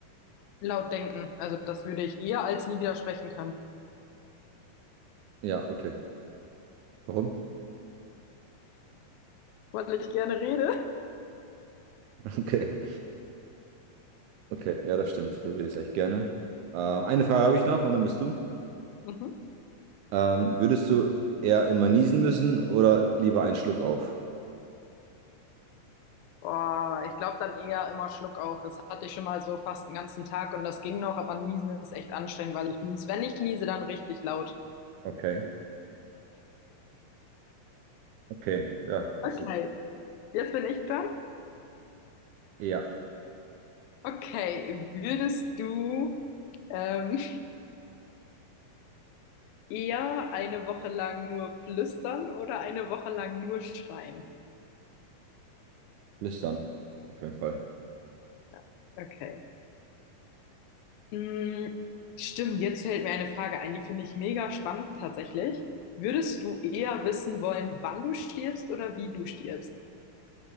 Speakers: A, on the left; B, on the right.
A: Laut denken. Also das würde ich eher als nie wieder sprechen können,
B: Ja, okay. Warum? <laughs>
A: weil ich gerne rede.
B: Okay, okay, ja, das stimmt. Du redest echt gerne. Ähm, eine Frage habe ich noch und dann bist du.
A: Mhm.
B: Ähm, würdest du eher immer niesen müssen oder lieber einen Schluck auf?
A: Boah, ich glaube dann eher immer Schluck auf. Das hatte ich schon mal so fast einen ganzen Tag und das ging noch, aber Niesen ist echt anstrengend, weil ich nies. Wenn ich niese, dann richtig laut.
B: Okay, okay, ja, es.
A: Okay,
B: ist
A: jetzt bin ich dran.
B: eher
A: Okay, würdest du ähm, <laughs> eher eine Woche lang nur flüstern oder eine Woche lang nur schreien?
B: lüstern, auf jeden Fall.
A: Ja, okay. Hm, stimmt, jetzt fällt mir eine Frage ein, die finde ich mega spannend tatsächlich. Würdest du eher wissen wollen, wann du stirbst oder wie du stirbst?